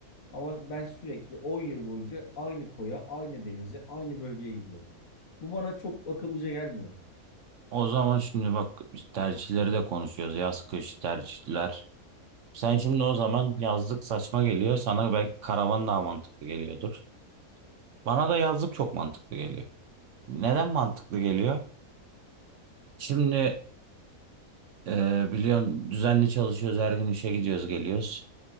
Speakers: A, on the left; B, on the right.
A: ama ben sürekli 10 yıl boyunca aynı koya, aynı denize, aynı bölgeye gidiyorum. Bu bana çok akıllıca gelmiyor.
B: O zaman şimdi bak biz tercihleri de konuşuyoruz. Yaz kış tercihler. Sen şimdi o zaman yazlık saçma geliyor. Sana belki karavan daha mantıklı geliyordur. Bana da yazlık çok mantıklı geliyor. Neden mantıklı geliyor? Şimdi e, biliyorsun düzenli çalışıyoruz. Her gün işe gidiyoruz geliyoruz.